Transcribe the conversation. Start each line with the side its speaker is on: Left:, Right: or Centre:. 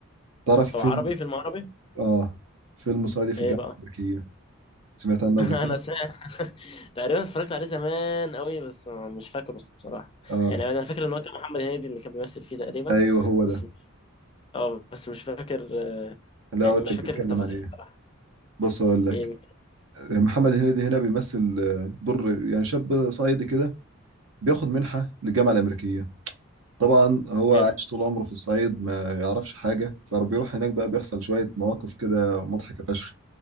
Right: تعرف فيلم
Left: هو عربي فيلم عربي
Right: اه فيلم صعيدي في
Left: إيه
Right: الجامعة
Left: بقى
Right: الأمريكية سمعت عنه
Left: <laughs>
Right: قبل كده؟
Left: أنا سمعت <laughs> تقريبا اتفرجت عليه زمان قوي بس مش فاكره الصراحة
Right: اه
Left: يعني أنا فاكر إن هو كان محمد هنيدي اللي كان بيمثل فيه تقريبا
Right: ايوه هو
Left: بس
Right: ده
Left: اه بس مش فاكر آه،
Right: لا
Left: يعني
Right: اقول
Left: مش
Right: لك بيتكلم
Left: فاكر التفاصيل
Right: عن ايه
Left: صراحة
Right: بص اقول لك
Left: ايه
Right: محمد هنيدي هنا بيمثل آه، دور يعني شاب صعيدي كده بياخد منحة للجامعة الأمريكية طبعا هو
Left: حلو
Right: عايش طول عمره في الصعيد ما يعرفش حاجة فبيروح هناك بقى بيحصل شوية مواقف كده مضحكة فشخ